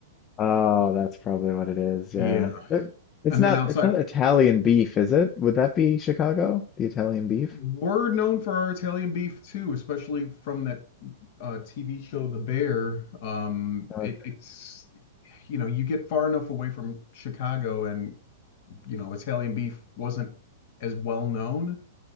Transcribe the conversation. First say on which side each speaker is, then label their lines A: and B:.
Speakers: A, on the left; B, on the left.
A: oh, that's probably what it is. Yeah.
B: Yeah.
A: It, it's
B: And
A: not
B: then outside,
A: it's not Italian beef, is it? Would that be Chicago? The Italian beef?
B: we're known for our Italian beef too, especially from that uh, TV show The Bear. Um,
A: Okay.
B: it, it's you know, you get far enough away from Chicago and you know, Italian beef wasn't as well known.